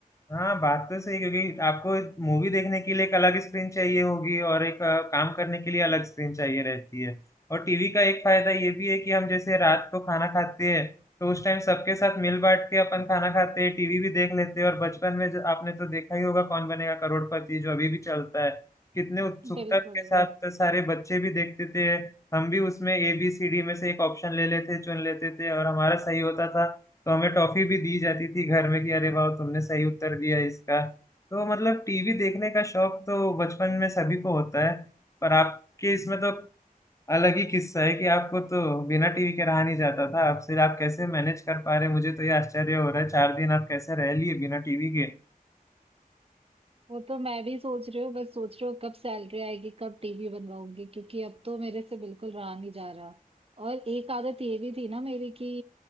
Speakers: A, on the left (about 20°); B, on the right (about 40°).
A: हाँ बात तो सही है, क्योंकि आपको मूवी देखने के लिए एक अलग स्क्रीन चाहिए होगी और एक अ, काम करने के लिए अलग स्क्रीन चाहिए रहती है और टीवी का एक फायदा ये भी है कि हम जैसे रात को खाना खाते हैं तो उस टाइम सबके साथ मिल बांट के अपन खाना खाते हैं टीवी भी देख लेते हैं और बचपन में जो आपने तो देखा ही होगा कौन बनेगा करोड़पति जो अभी भी चलता है कितने उत्सुकता
B: बिल्कुल
A: के साथ सारे बच्चे भी देखते थे हम भी उसमें ए बी सी डी में से एक ऑप्शन ले लेते चुन लेते थे और हमारा सही होता था तो हमें टॉफी भी दी जाती थी घर में कि अरे वाह तुमने सही उत्तर दिया इसका तो मतलब टीवी देखने का शौक तो बचपन में सभी को होता है पर आपके इसमें तो अलग ही किस्सा है कि आपको तो बिना टीवी के रहा नहीं जाता था आपसे आप कैसे मैनेज कर पा रहे मुझे तो ये आश्चर्य हो रहा है चार दिन आप कैसे रह लिए बिना टीवी के
B: वो तो मैं भी सोच रही हूँ बस सोच रही हूँ कब सैलरी आएगी कब टीवी बनवाऊंगी क्योंकि अब तो मेरे से बिल्कुल रहा नहीं जा रहा और एक आदत ये भी थी ना मेरी कि